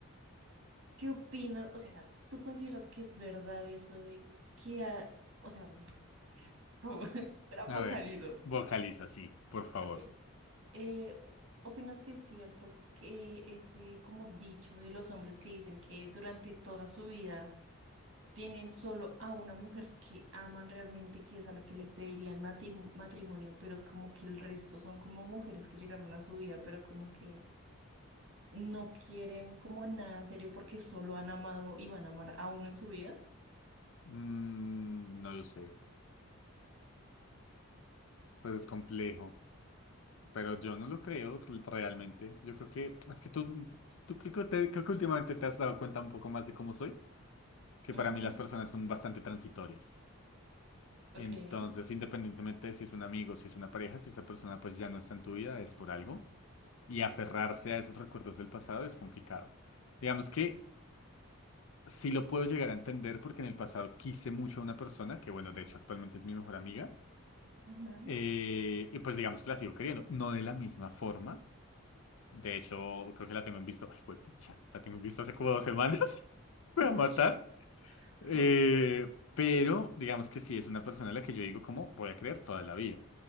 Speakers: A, on the right (about 60°); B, on the left (about 70°).
A: ¿qué opinas? O sea, ¿tú consideras que es verdad eso de que, a- o sea, <laughs> como, <laughs> Era vocalizo.
B: A ver, vocaliza, sí, por favor.
A: ok, eh, ¿opinas que es cierto que ese como dicho de los hombres que dicen que durante toda su vida tienen solo a una mujer que aman realmente, que es a la que le pedirían mati- matrimonio, pero como que el resto son como mujeres que llegaron a su vida, pero como que no quieren como nada serio porque solo han amado y van a amar a uno en su vida.
B: Mm, no lo sé, pues es complejo, pero yo no lo creo re- realmente. Yo creo que, es que tú, tú creo que, te- creo que últimamente te has dado cuenta un poco más de cómo soy, que
A: Ujú,
B: para mí las personas son bastante transitorias.
A: ok,
B: Entonces, independientemente de si es un amigo, si es una pareja, si esa persona pues ya no está en tu vida, es por algo. y aferrarse a esos recuerdos del pasado es complicado. Digamos que sí lo puedo llegar a entender porque en el pasado quise mucho a una persona, que bueno, de hecho actualmente es mi mejor amiga,
A: ujú,
B: eh, y pues digamos que la sigo queriendo, no de la misma forma. De hecho, creo que la tengo en visto, ay, ya, la tengo en visto hace como dos semanas. <laughs> Me
A: <laughs> ush,
B: va a matar. Eh,
A: ok,
B: pero digamos que sí es una persona a la que yo digo como voy a creer toda la vida.